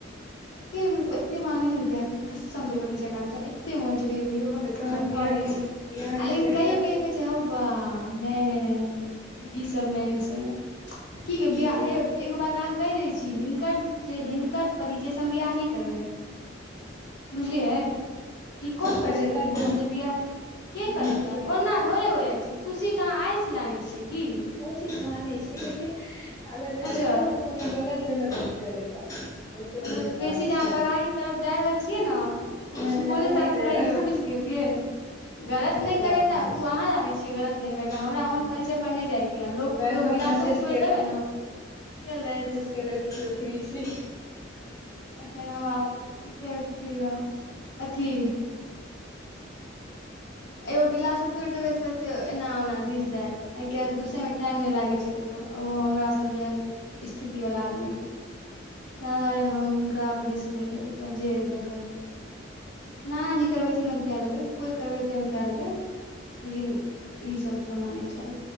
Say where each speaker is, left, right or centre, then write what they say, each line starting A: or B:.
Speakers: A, on the left; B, on the left.
A: एते बंगे छै ने कस्सम से बोल छै आकांक्षा त म च कह्त
B: तऽ तहन बियाह
A: कॉलज
B: के
A: <unintelligible> <unintelligible>
B: बियाह
A: आ
B: के
A: लेकिन
B: चर्चा
A: कहियो कहियो छै ह बा नहि नहि नहि ई सब ने ई सब ने की
B: चल
A: गै बियाह है एगो बात अहाँ कहि दय छी हिनकर जे हिनकर पर स हम बियाह नै करबै बुझलियै ई
B: कतहु
A: कोन
B: करेता
A: परचिय देथिन
B: तऽ
A: हम जे बियाह के के
B: नीके
A: करेता ओना थोड़े हो जाइ छै खुशीे अहाँ आइसँ जानै छियै की
B: ओ चीज मानै छी लेकिन अगर
A: अच्छा
B: करेता तऽ कोनो गलत जगह तऽ नहि करेता एते
A: बेसी
B: तऽ विश्वास
A: जहाँ
B: छै
A: पगाड़ी तरफ जा रहल छियै ने
B: नहि
A: सुपौले
B: नहि ओ
A: तरफ
B: नहि जा
A: रहियौ
B: रहा
A: बुझलि िय गलत
B: ओ
A: नहि
B: जा
A: करेता
B: रहल
A: ओ अहाँ जानै छियै गलत नहि कर तऽ हमरा
B: छै
A: ओहन परिचय पर नहि जाइके यऽ लोक
B: वैभव
A: एगो गिलासो
B: मैसेज
A: फोड़ि देबै ने केलथ
B: खेलैत कोकरी छ
A: केना फेर अथी एगो गिलासो तोड़ देबै तऽ कहतै एना ओना दिस दे आइ काल्हि दुसयमे टाइम नहि लागै छै ककरो ओ हमरासभ जेह स्थिति वालला आदमी क ताहि दुआरे हम हुनकरा पर रिस्क नहि लेब देख नाना जी करबै छी ने हम कए लेबै कोइ करबै तऽ हम कए लेब लेकिन ई सब समान नै चाह